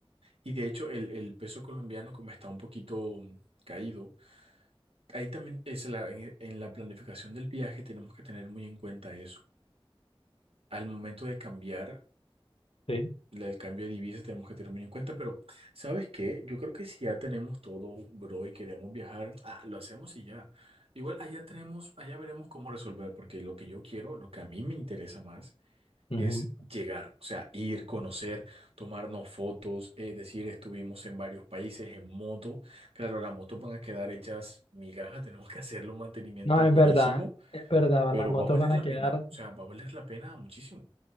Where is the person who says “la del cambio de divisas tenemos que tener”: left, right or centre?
Right